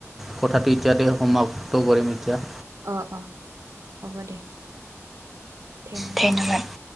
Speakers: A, in the centre; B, on the right.
A: কথাটি এতিয়াতে সমাপ্ত কৰিম এতিয়া।
B: অ' অ' হ'ব দে। ধন্যবাদ।
A: ঠেঙচ <unintelligible>